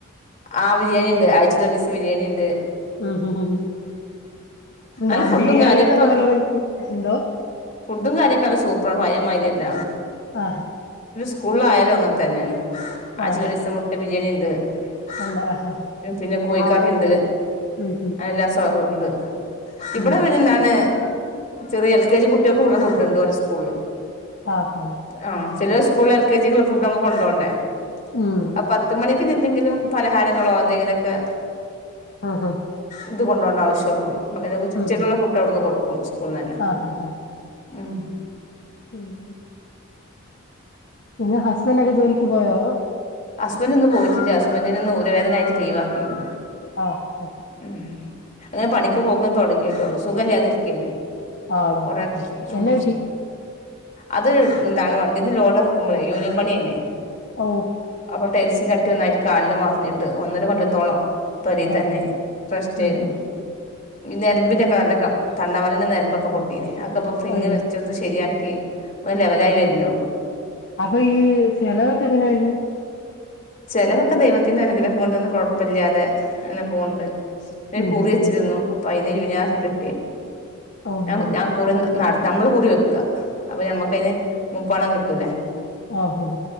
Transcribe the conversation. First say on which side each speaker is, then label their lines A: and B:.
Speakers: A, on the left; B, on the left.
A: ആഹ് ബിരിയാണിണ്ട് ആയ്ച്ചേല് ഒരിസം ബിരിയാണിയിണ്ട്
B: ഉം ഉം ഉം ഉം
A: നല്ല
B: ദംബിരിയാണിന്നൊക്ക
A: ഫുഡും കാര്യം ഇപ്പൊ
B: പറഞ്ഞപ്പം എന്തോ
A: ഫുഡും കാര്യക്കല്ലാം സൂപ്പർ പയേ മായിരിയല്ല
B: ആ
A: സ്കൂളിലായാലും അങ്ങനെ തന്നെയാണ് ആഴ്ചേൽ
B: ആഹ്
A: ഒരിസം മുട്ട ബിരിയാണി ണ്ട്
B: ഉണ്ട് ആഹ്
A: പിന്നെ കോഴിക്കറി
B: ആഹ്
A: ഇണ്ട്
B: ഉം ഹും
A: അ എല്ലാ സോം ഉണ്ട് ഇവിട
B: ഉം
A: വിരുന്നാണ് ചെറിയ എൽ കെ ജി കുട്ടിയോൾക്കൂടുള്ള ഫുഡ് ഉണ്ട് ഓരോ സ്കൂള്
B: ആഹ്
A: ആഹ് ചില സ്കൂളില് എൽ കെ ജി ക്കുള്ള ഫുഡ് നമ്മ കൊണ്ടോണ്ടേ
B: ഉം
A: അ പത്തു മണിക്ക് എന്തെങ്കിലും പലഹാരങ്ങളോ എന്തെങ്കിലൊക്കെ
B: ആ ഹാ
A: ഇത് കൊണ്ടോണ്ട ആവശോള്ളൂ <unintelligible> ഉച്ചക്കുള്ള
B: ഹും
A: ഫുഡ് അവിടുന്ന് കൊടുക്കും സ്കൂളിന്ന് തന്നെ
B: ആഹ് ആ ആ
A: ഉം
B: ഉം പിന്നെ ഹസ്ബൻഡൊക്കെ ജോലിക്ക് പോയോ
A: ഹസ്ബൻഡിന്ന് പോയിട്ടില്ല ഹസ്ബൻ്റിനിന്ന് ഊര വേദനയായിറ്റ് ലീവാക്കിക്ണ്
B: ആഹ്
A: ഉം അങ്ങനെ പണിക്ക്
B: ഉം
A: പോകാൻ തുടങ്ങിട്ടോളൂ സുഖല്ലേ തിരിക്കേനി
B: ആണോ
A: കൊറേ ഉം
B: എന്നാ പറ്റി
A: അത് ഇതാണ് വണ്ടീന്ന് ലോഡറക്കുമ്പളേ യൂനിയൻ പണിയനെ
B: ഓ
A: അപ്പ ടെൽസിന് റ്റ് ഒന്നായിട്ട് കാലും പണിട്ട് ഒന്നര കൊല്ലത്തോളം
B: അയ്യോ
A: തൊരേ തന്നെ
B: ആഹ്
A: റെസ്റ്റ്
B: ഉം
A: ആയിരുന്നു
B: ഹും
A: നെര്മ്പിനൊക്കെ
B: ഉം
A: വല്ലക്കം തണ്ണവലിെ നിമ്പൊക്കെ പൊട്ടീനെ. അതക്കപ്പം ഫിങ്
B: അയ്യോ
A: വച്ചത് ശരിയാ ക്കേ ഒര് ലെവലായ് വെര്ന്നേയുള്ള.
B: അപ്പൊ ഈ ചലവൊക്കെ എങ്ങനെഴിഞ്ഞു.
A: ചെലവൊക്കെ ദൈവത്തിന്റെ അനുഗ്രഹം കൊണ്ട് ഇന്നെ കുഴപ്പമില്ലാതെ.. അങ്ങനെ പോണ്ട്
B: ഉം
A: കുറി
B: ഹും ഹും
A: വച്ചിരുന്നു അപ്പൊ നേർത്തിട്ടേൻ.
B: ഉം
A: ഞാൻ
B: ഹും ഹും ഓഹ്
A: ഞാൻ കുറുന്ന. നട നമ്മൾ കുറി വെക്കുക. അപ്പൊ ഞമ്മക്കതിന് മുപ്പണം കിട്ടൂലേ
B: ആഹഹ